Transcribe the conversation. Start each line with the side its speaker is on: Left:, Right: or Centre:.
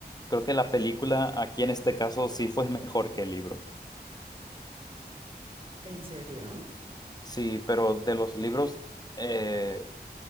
Left: creo que la película aquí en este caso sí fue mejor que el libro.
Right: ¿En serio?
Left: Sí, pero de los libros,
Right: Ok.
Left: eh,